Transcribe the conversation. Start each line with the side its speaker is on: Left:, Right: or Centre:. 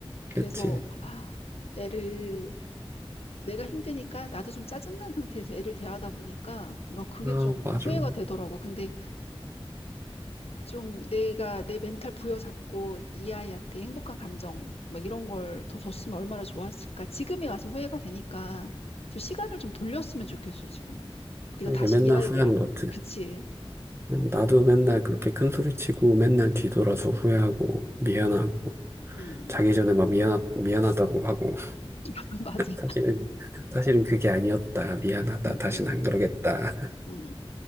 Right: 그치.
Left: 그래서 아, 애를 내가 힘드니까 나도 좀 짜증난 상태에서 애를 대하다 보니까 나 그게
Right: 아
Left: 좀
Right: 맞아.
Left: 후회가 되더라고. 근데 좀 내가 내 멘탈 부여잡고 이 아이한테 행복한 감정 뭐 이런 걸 더 줬으면 얼마나 좋았을까. 지금에 와서 후회가 되니까 좀 시간을 좀 돌렸으면 좋겠어, 지금. 네가
Right: 이게
Left: 다시
Right: 맨날
Left: 이 아이를
Right: 후회하는 것 같아.
Left: 그치.
Right: 음, 나도
Left: 뭐,
Right: 맨날 그렇게 큰 소리 치고 맨날 뒤돌아서 후회하고 미안하고
Left: 음.
Right: 자기 전에 막 미안 미안하다고 하고.
Left: <laughs> 맞아.
Right: 사실은, 사실은 그게 아니었다. 미안하다.
Left: 응,
Right: 다신
Left: 응,
Right: 안 그러겠다.
Left: 응.